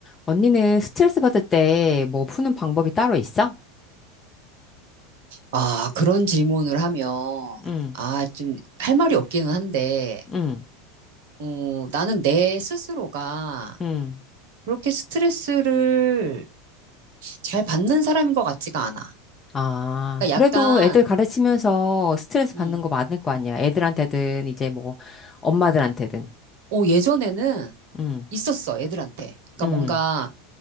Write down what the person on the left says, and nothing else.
언니는 스트레스 받을 때 뭐 푸는 방법이 따로 있어?
응,
응,
응.
아,
그래도
애들 가르치면서 스트레스 받는
거 많을 거 아니야. 애들한테든 이제 뭐 엄마들한테든.
응,
응.